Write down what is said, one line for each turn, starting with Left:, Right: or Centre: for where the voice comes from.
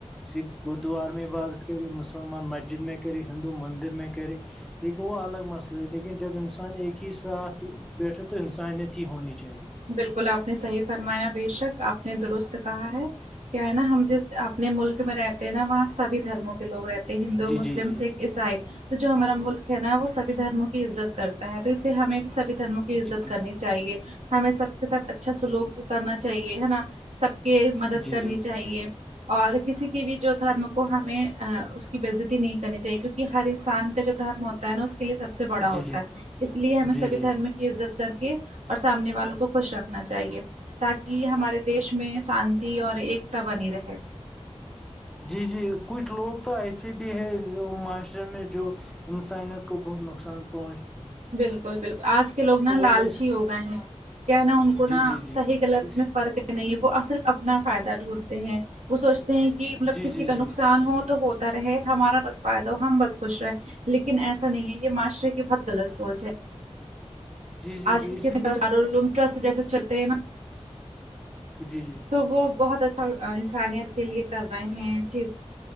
Centre: سکھ گردوار میں عبادت کر ملم <unintelligible> مسلمان مسجد میں کرہی ہندو مندر میں کرہی <unintelligible> لیکن وہ الگ مسئلہ ہے لیکن جب انسان ایک ہی ساتھ بیٹھے تو <unintelligible> انسانیت ہی ہونی چاہیے
Right: بالکل آپ نے صحیح فرمایا بے شک آپ نے درست کہا ہے کیا ہے نا ہم ج اپنے ملک میں رہتے ہیں نا وہاں سبھی دھرموں کے لوگ رہتے ہیں ہندو
Centre: جی
Right: مسلم
Centre: جی جی
Right: سکھ عیسائی تو جو ہمارا ملک ہے نا وہ سبھی دھرموں کی عزت کرتا ہے تو اس سے ہمیں بھی سبھی دموں کی عزت
Centre: جی جی جی
Right: کرنی چاہیے ہمیں سب کے ساتھ اچھا سلوک
Centre: جی
Right: کرنا چاہیے ہے نا سب کے مدد
Centre: جی
Right: کرنی چاہیے اور کسی کی بھی جو دھرم کو ہمیں اس کی بےزتی نہیں کرنی چاہیے کیکہ ہر انسان کا جو دھرم ہوتا ہے نا اس کے لیے سب سے بڑا ہوتا
Centre: جی جی
Right: ہے اس لیے ہمیں
Centre: جی
Right: سبھی
Centre: جی
Right: دھرم کی عزت کر کے اور سامنے والوں کو خوش رکھنا چاہیے تاکہ ہمارے دیش میں شانتی اور ایک تا بنی رہے
Centre: جی جی کچھ لوگ تو ایسے بھی ہے معاشرے میں جو انسانیت کو بہت نقصان پہنچ
Right: بالکل بالکل آج کے لوگ نا لالچی
Centre: نہیں
Right: ہو گئے ہیں کیا نا ان کو
Centre: جی
Right: نہا
Centre: جی جی
Right: صحیح غط
Centre: اس
Right: میں فرق ہے نہیں وہ صرف اپنا فائدہ ڈھونڈتے ہیں وہ سوچتے ہیں کہ مطلب
Centre: جی
Right: کسی
Centre: جی
Right: کا
Centre: جی
Right: نقصان ہو تو ہو رہ ہمارا بس فائدہ ہو ہم بس خوش رہے لیکن ایسا نہیں ہے یہ معاشرے کی بہت غلط پوچے
Centre: جی جی
Right: آج
Centre: جی
Right: کل
Centre: اسی
Right: کتنےوم
Centre: لیے تو
Right: ٹرسٹ جیسے چلتے ہیں نا
Centre: جی جی
Right: تو وہ بہت اچھا انسانیت کے لیے کر رہے ہیں چیز